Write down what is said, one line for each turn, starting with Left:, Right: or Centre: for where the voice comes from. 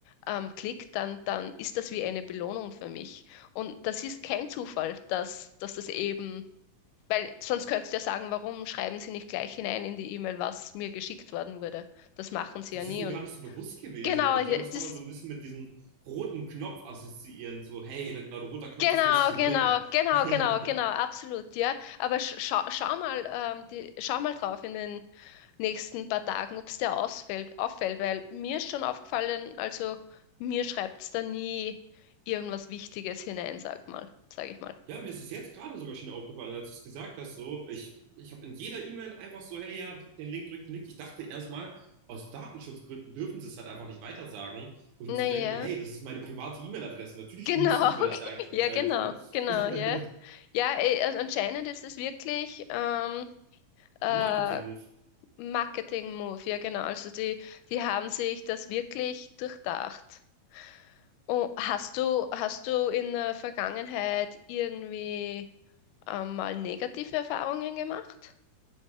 Left: ähm, klicke, dann, dann ist das wie eine Belohnung für mich. Und das ist kein Zufall, dass, dass das eben, weil sonst könntest du ja sagen, warum schreiben Sie nicht gleich hinein in die E-Mail, was mir geschickt worden wurde. Das machen Sie
Right: Das
Left: ja nie.
Right: ist mir gar
Left: Und
Right: nicht so bewusst gewesen,
Left: genau,
Right: aber ich
Left: ja,
Right: glaube, das kann
Left: das
Right: man so ein bisschen mit diesem roten Knopf assoziieren. So, hey, wenn da ein roter Knopf
Left: Genau,
Right: ist, muss ich den
Left: genau,
Right: drücken.
Left: genau,
Right: <laughs>
Left: genau, genau, absolut, ja. Aber sch schau, schau mal, ähm, die, schau mal drauf in den nächsten paar Tagen, ob es dir ausfällt, auffällt, weil mir ist schon aufgefallen, also mir schreibt es da nie irgendwas Wichtiges hinein, sag mal, sag ich mal.
Right: Ja, mir ist es jetzt gerade sogar schon aufgefallen, als du es gesagt hast, so, ich, ich habe in jeder E-Mail einfach so, hey, ja, drück den Link, drück den Link. Ich dachte erstmal, aus Datenschutzgründen dürfen sie es halt einfach nicht weitersagen, wo ich
Left: Naja,
Right: mir so denke, hey, das ist meine private E-Mail-Adresse. Natürlich
Left: genau,
Right: müssen die
Left: <laughs>
Right: mir das ja eigentlich mitteilen,
Left: ja, genau,
Right: so. <laughs>
Left: genau,
Right: Ein
Left: ja. Ja, eh, also anscheinend ist es wirklich ähm, äh,
Right: Marketing-Move.
Left: Marketing-Move, ja, genau. Also die, die haben sich das wirklich durchdacht. Oh, hast du, hast du in der Vergangenheit irgendwie ähm, mal negative Erfahrungen gemacht?